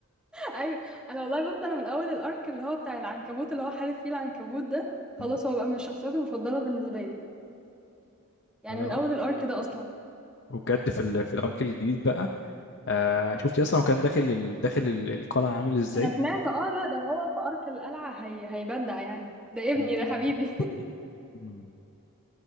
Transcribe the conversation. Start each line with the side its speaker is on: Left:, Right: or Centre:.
Centre: ايوه انا والله بص انا من اول الارك اللي هو بتاع العنكبوت اللي هو حارب فيه العنكبوت ده خلاص
Left: مم.
Centre: هو بقى من الشخصيات المفضله بالنسبه لي يعني
Left: لا لا.
Centre: من اول الارك ده اصلا
Left: وبجد في ال... في الارك الجديد بقى آه شفتي اصلا هو كان داخل ال... داخل ال- القلعه عامل ازاي
Centre: انا سمعت اه لا ده هو في ارك القلعه هي... هيبدع يعني ده ابني
Left: مم.
Centre: ده حبيبي
Left: مم.